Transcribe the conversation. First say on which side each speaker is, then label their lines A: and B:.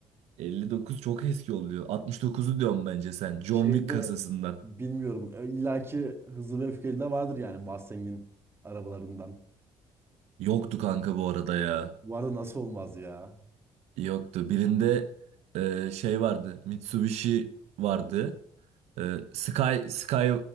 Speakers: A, on the right; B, on the right.
A: 59 çok eski oluyor. 69'u diyorum bence sen. John
B: Şeyde
A: Wick kasasından.
B: bilmiyorum. E, illaki Hızlı ve Öfkeli de vardır yani Mustang'in arabalarından.
A: Yoktu kanka bu arada ya.
B: Bu arada nasıl olmaz ya?
A: Yoktu. Birinde e, şey vardı. Mitsubishi vardı. E, Sky Sky